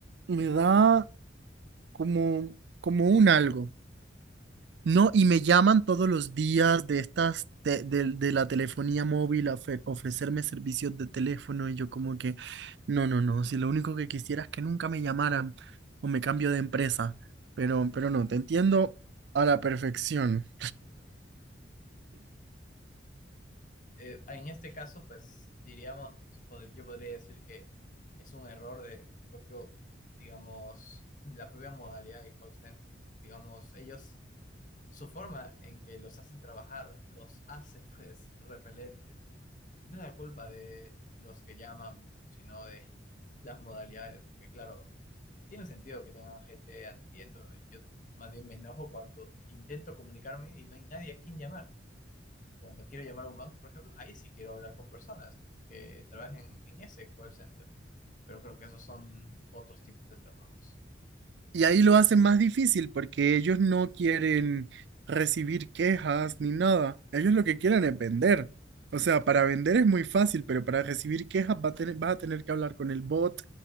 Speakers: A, on the right; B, on the left.
A: me da como, como un algo. No, y me llaman todos los días de estas, de, de- de la telefonía móvil a ofe- ofrecerme servicios de teléfono y yo como que, no, no, no, si lo único que quisiera es que nunca me llamaran o me cambio de empresa, pero, pero no, te entiendo a la perfección.
B: eh, en este caso, pues diríamos, pod- yo podría decir que es un error de propio, digamos, la propia modalidad de call center. Digamos, ellos, su forma en que los hacen trabajar, los hace <laughs> pues repelentes. No es la culpa de los que llaman, sino de las modalidades, que claro, eh, tiene sentido que tengan gente atendiendo. Yo más bien me enojo cuando intento comunicarme y no hay nadie a quien llamar. Cuando quiero llamar a un banco, por ejemplo, ahí sí quiero hablar con personas que trabajen en ese call center, pero creo que esos son otros tipos de trabajos.
A: Y ahí lo hacen más difícil porque ellos no quieren recibir quejas ni nada. Ellos lo que quieren es vender. O sea, para vender es muy fácil, pero para recibir quejas va a tener- vas a tener que hablar con el bot